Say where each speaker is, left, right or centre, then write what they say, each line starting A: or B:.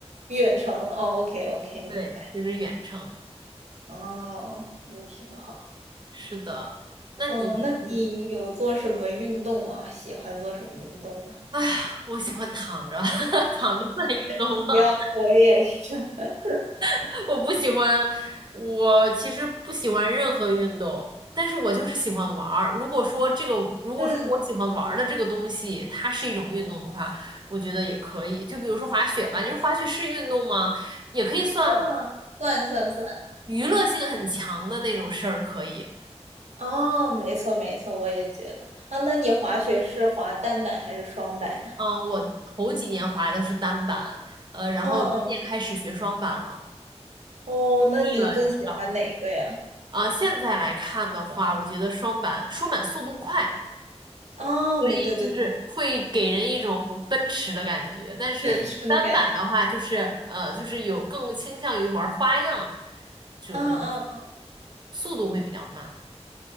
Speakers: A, on the right; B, on the right.
A: 远程哦，OK OK，明白。
B: 对，就是远程。
A: 哦，那挺好。
B: 是的，那你你，
A: 哦，那你有做什么运动吗？喜欢做什么运动吗？
B: 哎呀，我喜欢躺着 <laughs> 躺着算运动吗？
A: 一样，我也是。<laughs>
B: <laughs> 我不喜欢，我其实不喜欢任何运动，但是我就是喜欢玩儿。如果说这个，如果说我喜欢玩儿的这个东西，
A: 嗯
B: 它是一种运动的话，我觉得也可以。就比如说滑雪吧，你说滑雪是运动吗？也可以算
A: 嗯，算算算。
B: 娱乐性很强的那种事儿，可以。
A: 哦，没错没错，我也觉得。啊，那你滑雪是滑单板还是双板呀？
B: 嗯，我头几年滑的是单板，呃，然后今年开始学双板了，
A: 嗯嗯。哦，那你更喜欢哪个呀？
B: 腻了，你知道吧？啊，现在来看的话，我觉得双板双板速度快。
A: 啊，
B: 所以就是会给人一种奔驰的感觉。
A: 没，对对对，
B: 但是单板的话，
A: 奔驰的感觉。
B: 就是呃，就是有更倾向于玩花样，就那个
A: 嗯嗯，
B: 速度会比较慢。